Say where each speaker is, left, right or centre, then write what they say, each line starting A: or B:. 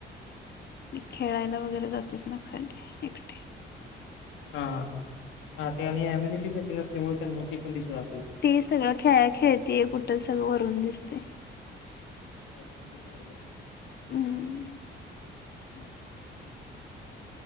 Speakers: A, on the left (about 55°); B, on the left (about 80°).
A: खेळायला वगैरे जातेच ना खाल्ली एकटे
B: हा हा ते आणि एम्युनिटी फेसिंग असल्यामुळे त्यांना ते पण दिसणार
A: ते सगळं खेळ खेळते कुठल सगळं वरून दिसते
B: <inaudible>
A: हम्म